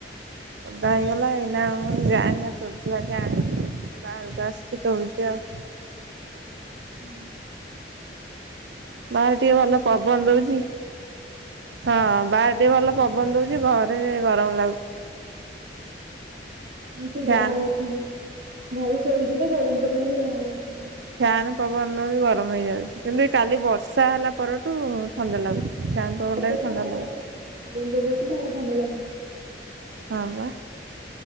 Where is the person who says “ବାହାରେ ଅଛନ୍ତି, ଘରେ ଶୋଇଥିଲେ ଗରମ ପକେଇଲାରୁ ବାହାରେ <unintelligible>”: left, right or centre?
Right